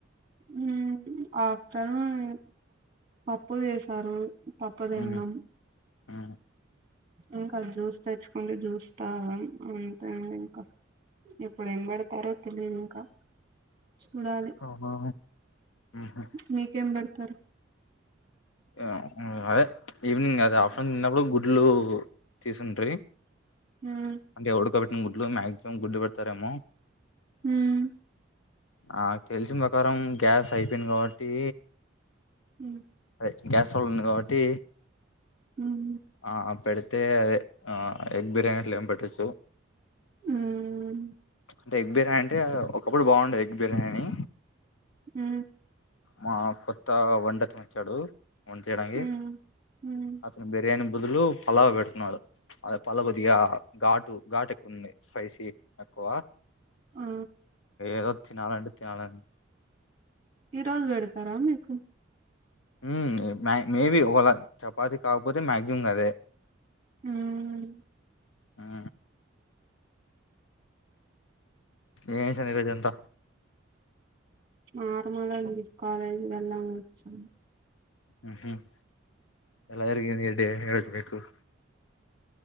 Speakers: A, on the right; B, on the left.
A: మ్మ్ ఆఫ్టర్నూన్ ఇగ పప్పు చేసారు పప్పు దిన్నం
B: ఉమ్, ఉమ్,
A: ఇంకా జ్యూస్ తెచ్చుకుంటే జ్యూస్ తాగం మ్మ్ ఉంది ఇంకా ఇప్పుడు ఏం పెడతారో తెలియదు ఇంకా చూడాలి
B: అవునా ఉహు.
A: మీకేం పెడతారు
B: గా మ్మ్ అదే ఈవినింగ్ అద ఆఫటర్న్ అప్పుడు గుర్ డ్లు తీసుంటయి
A: మ్మ్
B: అంటే ఉడకబెట్ గుడ్లు మాక్సిమం గుడ్డు పెడతారేమో
A: మ్మ్
B: నాకు తెలిసిన ప్రకారం గ్యాస్ అయిపోయింది కాబట్టి
A: మ్మ్
B: అదే గ్యాస్ ప్రాబ్లం ఉంది కాబట్టి
A: మ్మ్
B: ఆ అ పెడు అయితే అదే ఆ ఎగ్ బిర్యానీట్లు ఏమి పెట్టొచ్చు
A: మ్మ్
B: అంటే ఎగ్ బిర్యానీ అంటే ఒకప్పుడు బాగుండేది ఎగ్ బిర్యానీ
A: హ
B: మా కొత్త వంటతను వచ్చాడు వంట చేయడానికి
A: మ్మ్ మ్మ్
B: అతను బిర్యానీ బదులు పలావు పెడుతున్నాడు అదె పాలావ్ కొద్దిగా ఘాటు ఘాటు ఎక్కువుంది స్పైసీ ఎక్కువ
A: ఆ
B: ఏదో తినాలంటడి తేవడానికి
A: ఈ రోజు పెడతారా మీకు
B: మ్... మేబి ఒకేల చపాతి కాకపోతే మాక్సిమం ఇంక అదే
A: మ్
B: ఆ ఏం చెసర్ ఈ రోజంత
A: నార్మల్ ఏ నండి కాలేజ్ కి వెళ్దామని వచ్చాను
B: మ్ హుమ్మ్ ఎలా జరిగింది <unintelligible> క